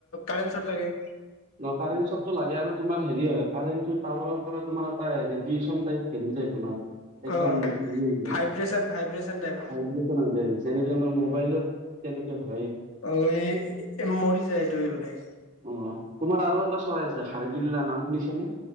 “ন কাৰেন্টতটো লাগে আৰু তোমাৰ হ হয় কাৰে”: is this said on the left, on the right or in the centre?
Right